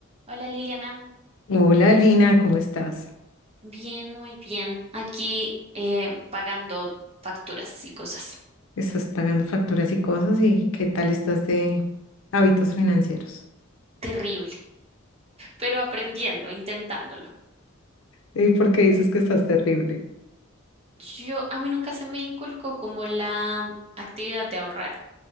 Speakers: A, on the right; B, on the left.
A: Hola Liliana,
B: Hola Lina, ¿cómo estás?
A: bien, muy bien. Aquí eh, pagando facturas y cosas.
B: Estás pagando facturas y cosas y ¿qué tal estás de hábitos financieros?
A: Terrible, pero aprendiendo, intentándolo.
B: ¿Y por qué dices que estás terrible?
A: Yo, a mí nunca se me inculcó como la actividad de ahorrar